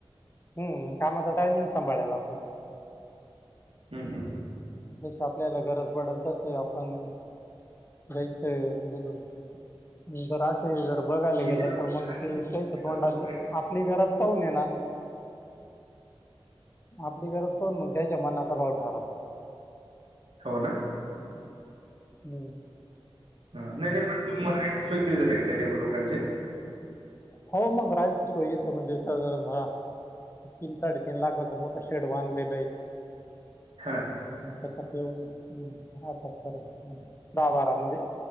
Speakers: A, on the left (about 25°); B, on the right (about 70°).
A: हम्म कामाचा टायमिंग सांभाळला जातो.
B: हम्म हम्म हम्म.
A: जस आपल्याला गरज पडल तस आहे आपण. जायचंय बोलून मग बघायला
B: म्हणजे
A: गेलं
B: त्या
A: तर मग. ते
B: लोकांचं सोय
A: त्यांच्या तोंडात
B: करतात.
A: म आपली गरज पाहली ना. आपली गरज पाहून मग त्यांच्या मनाचा भाव ठरवतात.
B: हो ना.
A: हम्म.
B: ह नाही नाही पण तुम्ही राहायची सोय केली जाते का त्या लेबर लोकांची.
A: हो मग राहायची सोय इथं म्हणजे त्या. तीन साडे तीन लाखाच मोठं शेड बांधलेलं आहे.
B: हां.
A: म त्याच्यात राहतात सर्व मुले दहा बारा म्हणजे